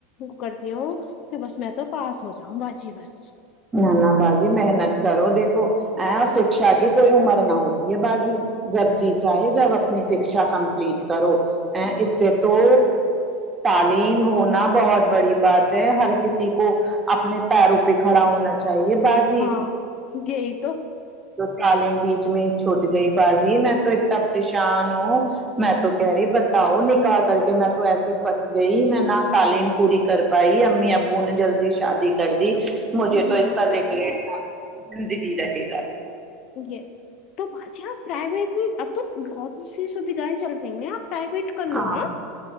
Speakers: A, on the left; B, on the right.
A: کرتی ہوں تو بس میں تو پاس ہو جاؤں باجی بس
B: نہ نہ باجی محنت کرو دیکھو ا اور سکشا کی کوئی عمر نہ ہوتی ہے باجی جب جی چاہے جب اپنی سکشا کمپلیٹ کرو ا
A: ہاں
B: اس سے تو تعلیم ہونا بہت بڑی بات ہے ہر کسی کو اپنے پیروں پہ کھڑا ہونا چاہیے بازی
A: ہاں یہی تو
B: تو تالم بیچ میں چھوٹ گئی بازی میں تو اتنا پریشان ہوں میں تو کہہ رہی بتاؤ نکاح کر کے میں تو ایسی فس گئی میں نہ تعلیم پوری کر پائی امی ابو نے جلدی شادی کر دی مجھے
A: یہی
B: تو اس کا ریگریٹ
A: ہے
B: زندگی رہے گا
A: اوے تو باجی آپ پرائیویٹ بھی اب تو بہت اسی سویدھائیں چل رہی ہے آپ پرائیویٹ کر لو
B: ہاں
A: نا